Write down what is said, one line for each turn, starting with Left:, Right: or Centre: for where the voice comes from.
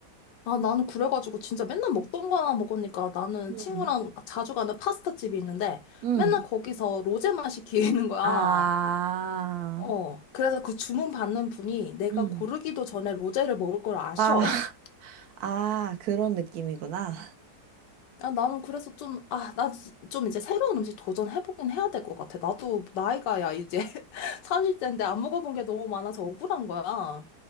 Left: 아, 나는 그래가지고 진짜 맨날 먹던 거 하나 먹으니까 나는
Right: 음.
Left: 친구랑 자주 가는 파스타집이 있는데
Right: 음.
Left: 맨날 거기서 로제만 시키는 <laughs> 거야.
Right: 아,
Left: 어. 그래서 그 주문 받는 분이 내가
Right: 음.
Left: 고르기도 전에 로제를 먹을 걸 아셔.
Right: 아, <laughs>
Left: <laughs>
Right: 아, 그런 느낌이구나.
Left: 아, 나는 그래서 좀, 아, 나 좀 이제 새로운 음식 도전해보긴 해야 될 것 같아. 나도 나이가 야, 이제 <laughs> 30대인데 안 먹어본 게 너무 많아서 억울한 거야.